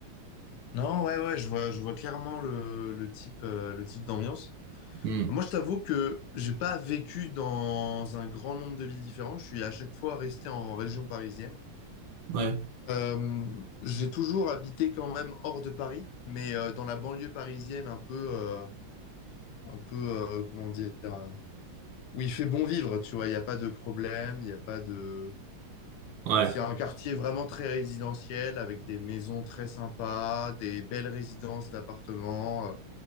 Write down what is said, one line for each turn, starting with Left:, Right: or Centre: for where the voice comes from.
Left: Non, ouais, ouais, je vois, je vois clairement le, le type, euh, le type d'ambiance.
Right: Hmm.
Left: Moi, je t'avoue que j'ai pas vécu dans un grand nombre de villes différentes. Je suis à chaque fois resté en région parisienne.
Right: Ouais,
Left: Euh, j'ai toujours habité quand même hors de Paris, mais euh, dans la banlieue parisienne, un peu, euh, un peu, euh, comment dire, euh, où il fait bon vivre, tu vois, il n'y a pas de problème, il n'y a pas de...
Right: ouais,
Left: C'est un quartier vraiment très résidentiel, avec des maisons très sympas, des belles résidences d'appartements, euh,